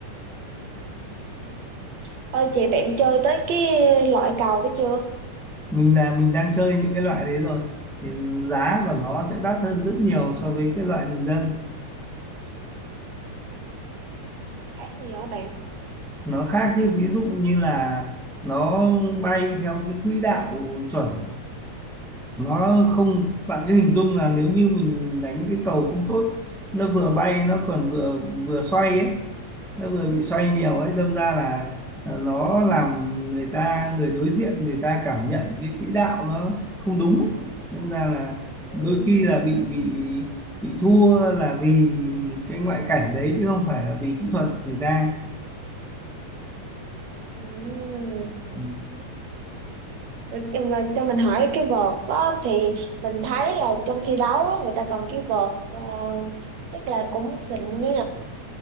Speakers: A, on the right; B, in the centre.
A: Ừ. Ơi chị bạn chơi tới cái loại cầu đó chưa?
B: Mình là mình đang chơi những cái loại đấy rồi thì giá của nó sẽ đắt hơn rất nhiều so với cái loại bình dân.
A: Nó có khác gì hả bạn?
B: Nó khác chứ ví dụ như là nó bay theo cái quỹ đạo chuẩn nó không bạn cứ hình dung là nếu như mình đánh cái cầu không tốt nó vừa bay nó còn vừa vừa xoay ấy nó vừa bị xoay nhiều ấy đâm ra là ờ, nó làm người ta người đối diện người ta cảm nhận cái quỹ đạo nó không đúng ấy đâm ra là
A: Ừ.
B: đôi khi là bị bị bị thua là vì cái ngoại cảnh đấy chứ không phải là vì kỹ thuật người ta
A: Ừ.
B: Ừ.
A: Rồi cho mình cho mình hỏi cái vợt á thì mình thấy là trong thi đấu á, người ta cầm cái vợt ờ, chắc là cũng xịn nhỉ